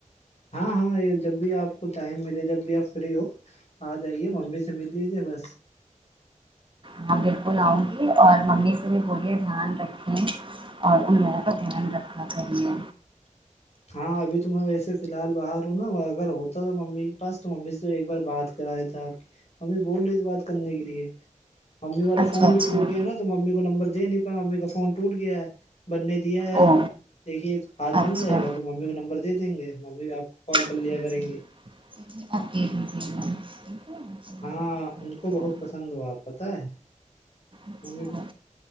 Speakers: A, on the left; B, on the right.
A: ہاں ہاں یہ جب بھی آپ کو ٹائم ملے جب بھی آپ فری ہو آ جائیے ممی سے مل لیجے بس
B: ہاں بالکل آؤں گی اور ممی سے بھی پورے دھیان رکھیں اور ان لوگوں کا دھیان رکھا کر لیے
A: ہاں ابھی تو میں ویسے فی الحال باہر ہوں نا اگر ہوتا تھا مممی کے پاس تو مممی سے تو ایک بار بات کر کرا تھا آپ کی ممی بول رہی تھی بات کرنے کے لیے ممی والا
B: اچھا
A: فون
B: اچھا
A: بھی ٹوٹ گیا نا تو ممی کو نمبر دے نہیں پا ممی کا فون ٹ گیا ہے بننے دیا ہے
B: او
A: دیکھیے آج بن
B: اچھا
A: جائے گا تو ممی کا نمبر دے دیں گے ممی آپ کو کال کر
B: اچھا
A: لیا کریں گے
B: <unintelligible>
A: ہاں
B: بات کرتی
A: ان کو
B: ہوں
A: بہت پسند ہواپ پتہ ہے
B: اچھا
A: ممی